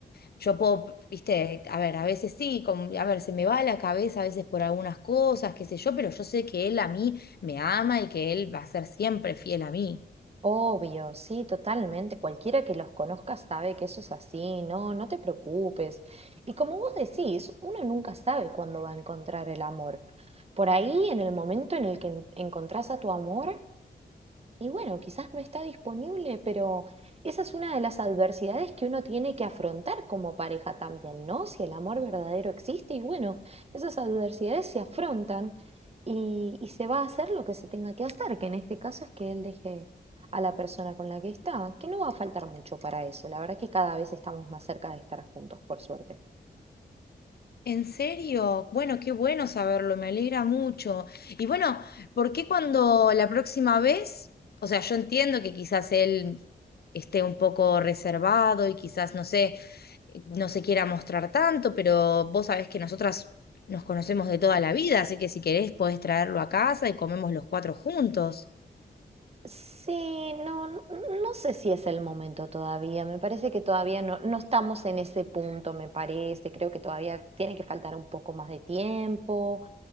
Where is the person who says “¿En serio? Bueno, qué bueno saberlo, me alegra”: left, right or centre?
Left